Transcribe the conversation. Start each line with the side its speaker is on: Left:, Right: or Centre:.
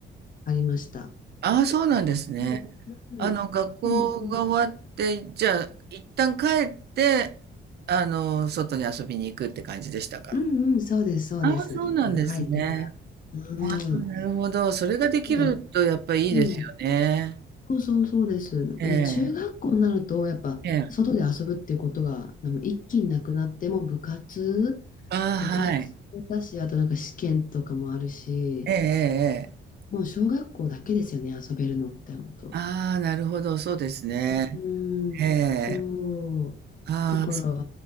Left: ありました。
Right: ああ、そうなんですね。
Left: うん、うん、
Right: あの、学校が終わって、
Left: でも、うん、
Right: じゃあ、一旦帰って、あの、外に遊びに行くって感じでしたか
Left: うんうん、そうです、そうです。
Right: ああ、そうなんですね。
Left: 一旦帰ってから。うん、
Right: ああ、なるほど。それができるとやっぱいいですよね。
Left: なんか、うん、そうそうそうです。なんかでも中学校になると、
Right: ええ、
Left: やっぱ、
Right: ええ。
Left: 外で遊ぶっていうことが、なんか一気になくなって、もう部活、
Right: ああ、
Left: 部活だし、
Right: はい。
Left: あとなんか試験とかもあるし、
Right: ええ、ええ、ええ。
Left: もう小学校だけですよね、遊べるのって、本当。
Right: ああ、なるほど、そうですね。
Left: うん、
Right: ええ。
Left: そう。
Right: ああ、
Left: だから、
Right: そっか。